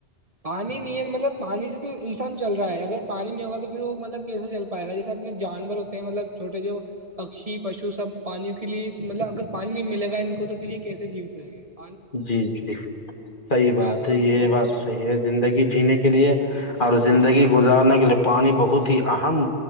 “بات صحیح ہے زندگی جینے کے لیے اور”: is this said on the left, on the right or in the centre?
Left